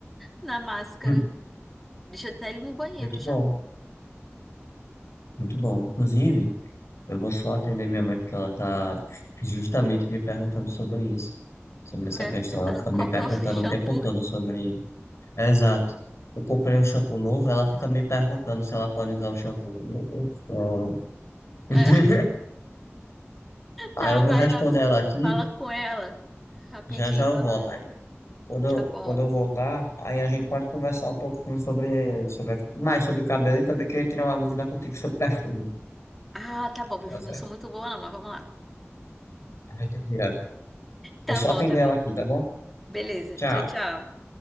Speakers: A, in the centre; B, on the left.
A: na máscara.
B: Hum,
A: Deixa até ele no banheiro
B: Muito
A: já.
B: bom. Muito bom. Inclusive, eu vou só atender minha mãe porque ela tá justamente me perguntando sobre isso. Sobre essa
A: Vai
B: questão.
A: apertando
B: Ela fica me
A: qual
B: perguntando
A: que é o <laughs> shampoo.
B: o tempo todo sobre. Exato. Eu comprei um shampoo novo, ela fica me perguntando se ela pode usar o shampoo. Meu Deus do céu. <laughs>
A: É,
B: Aí
A: dá,
B: eu vou
A: vai
B: responder
A: lá,
B: ela aqui.
A: fala com ela. Rapidinho,
B: Já já eu
A: vai
B: volto.
A: lá.
B: aí. Quando eu,
A: Tá bom.
B: quando eu voltar, aí a gente pode conversar um pouquinho sobre, sobre, mais sobre cabelo e também queria tirar uma dúvida contigo sobre perfume,
A: Ah, tá bom, perfume
B: tá certo?
A: não sou muito boa não, mas vamos lá.
B: A gente tira. Vou
A: Tá
B: só
A: bom,
B: atender
A: tá bom.
B: ela aqui, tá bom?
A: Beleza.
B: Tchau.
A: Tchau, tchau.